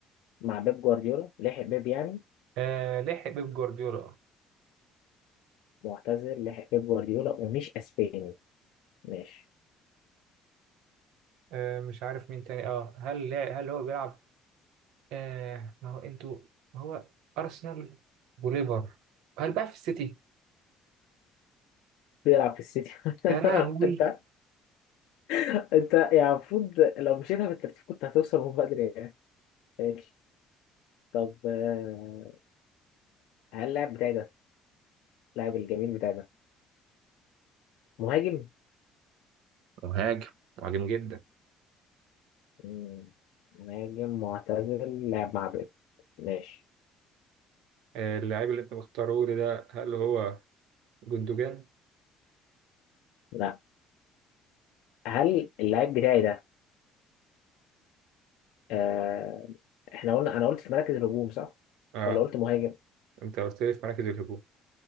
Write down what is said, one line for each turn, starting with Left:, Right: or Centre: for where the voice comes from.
Left: مع بيب جوارديولا لحق بيب يعني
Right: آه لحق بيب جوارديولا
Left: معتزل لحق بيب جوارديولا ومش اسباني ماشي
Right: آه مش عارف مين تاني اه هل لا- هل هو بيلعب آه ما هو انتوا ما هو ارسنال وليفر هل بقى في السيتي
Left: بيلعب في السيتي <laughs>
Right: يا لهوي
Left: انت انت يعني المفروض لو مشيتها بالترتيب كنت هتوصل من بدري يعني ماشي طب آه، هل اللاعب بتاعي ده اللاعب الجميل بتاعي ده مهاجم
Right: مهاجم مهاجم جدا
Left: مم، مهاجم معتزل لاعب مع بيب ماشي
Right: آه، اللاعب اللي انت مختاره لي ده هل هو جندوجان؟
Left: لا هل اللاعب بتاعي ده آه احنا قلنا انا قلت في مراكز الهجوم صح
Right: اه
Left: ولا قلت مهاجم
Right: انت قلت لي في مراكز الهجوم